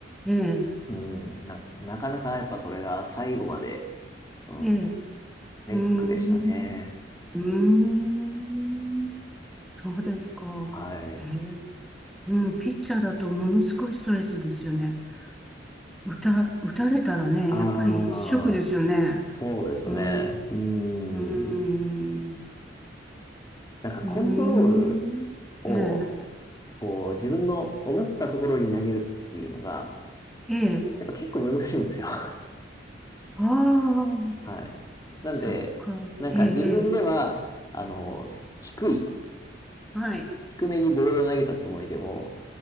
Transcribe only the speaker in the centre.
ええ、
ええ、う
ーん、うーん、そうですか。
へえ、うん、ピッチャーだとものすごいストレスですよね。打た、打たれたらね、
やっぱりショックですよね。
うん、う
ーん、
うーん、ええ。
ええ、
ああ、
そっか、
ええ、ええ、
はい、